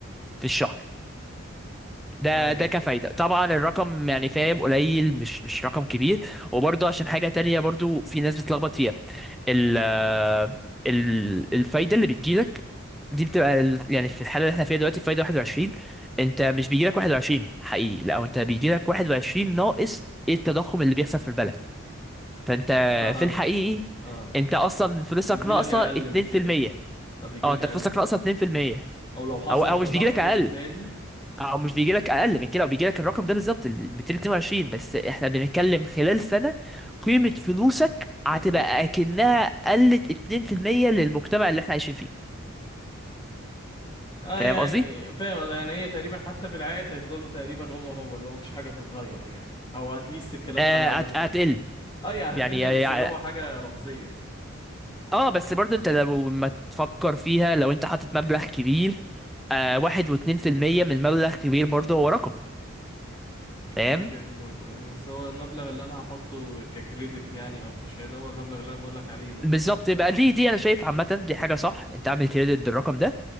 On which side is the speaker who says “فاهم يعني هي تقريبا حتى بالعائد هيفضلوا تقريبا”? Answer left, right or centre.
Left